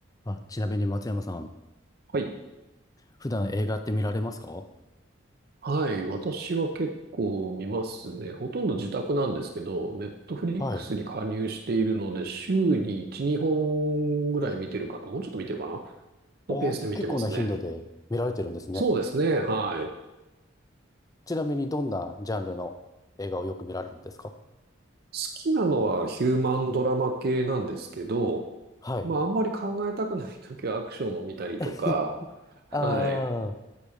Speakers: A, on the left (about 15°); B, on the right (about 50°).
A: あ、ちなみに松山さん、
B: はい。
A: 普段映画って見られますか
B: はい。私は結構見ますね。ほとんど自宅なんですけど、ネットフリックスに加入しているので、
A: はい。
B: 週に1、2本ぐらい見てるかな。もうちょっと見てるかな。のペースで見てますね。
A: あ、結構な頻度で見られてるんですね。
B: そうですね。はい。好
A: ちなみにどんなジャンルの映画をよく見られるんですか
B: きなのはヒューマンドラマ系なんですけど、
A: はい。
B: まあ、あんまり考えたくないときはアクションを見たりとか、
A: <laughs>
B: はい。
A: あ